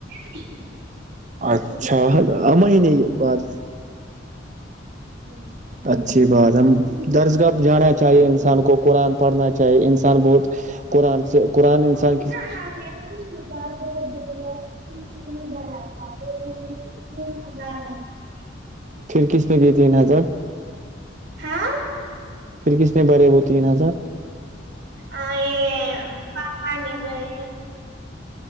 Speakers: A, on the right (about 60°); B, on the right (about 40°).
A: ف
B: اچھا مہینے کے بعد <unintelligible> اچھی بات ہم درسگاہ جانا چاہیے انسان کو قرآن پڑھنا چاہیے انسان بہت قرآن سے قرآن انسان کی
A: ہاں
B: بھی شکار تو ہو جتے ہیں فیس نہیں بھرا تھا وہ ہم تین ہزار
A: بھرنے میں،
B: پھر کس نے دیے تین ہزار
A: ہاں
B: پھر کس نے بھرے وہ تین ہزار
A: ا یہ بپی بائی